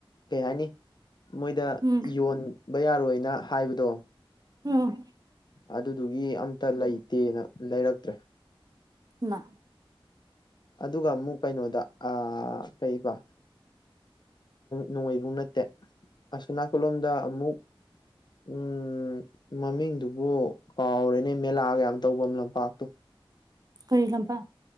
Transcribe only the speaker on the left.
ꯀꯩ ꯍꯥꯏꯅꯤ꯫ ꯃꯣꯏꯗ
ꯌꯣꯟꯕ ꯌꯥꯔꯣꯏꯅ ꯍꯥꯏꯕꯗꯣ꯫
ꯑꯗꯨꯗꯨꯒꯤ ꯑꯝꯇ ꯂꯩꯇꯦꯅ ꯂꯩꯔꯛꯇ꯭ꯔꯦ꯫
ꯑꯗꯨꯒ ꯑꯃꯨꯛ ꯀꯩꯅꯣꯗ ꯀꯩꯕ ꯅꯣꯡꯃꯩꯕꯨꯡ ꯅꯠꯇꯦ ꯑꯁꯣ ꯅꯥꯀꯜꯂꯣꯝꯗ ꯑꯃꯨꯛ ꯎꯝ ꯃꯃꯤꯡꯗꯨꯕꯨ ꯀꯥꯎꯔꯦꯅꯦ ꯃꯦꯂꯥꯒ ꯌꯥꯝ ꯇꯧꯕꯝ ꯂꯝꯄꯥꯛꯇꯣ